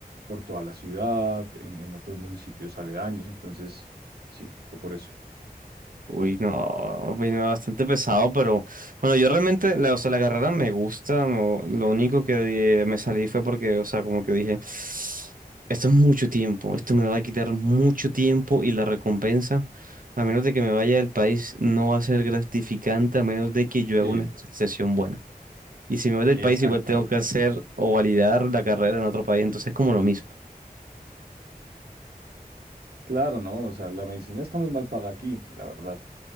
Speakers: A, on the right; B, on the right.
A: por toda la ciudad, en, en otros municipios aledaños, entonces sí, fue por eso.
B: Uy, no, vino bastante pesado, pero bueno, yo realmente, la, o sea, la carrera me gusta, no- lo único que eh, me salí fue porque, o sea, como que dije, esto es mucho tiempo, esto me va a quitar mucho tiempo y la recompensa, a menos de que me vaya del país, no va a ser gratificante, a menos de que yo haga
A: Sí,
B: una especialización buena. Y si me voy del
A: exactamente.
B: país, igual tengo que hacer o validar la carrera en otro país, entonces es como lo mismo.
A: Claro, ¿no? O sea, la medicina está muy mal paga aquí, la verdad.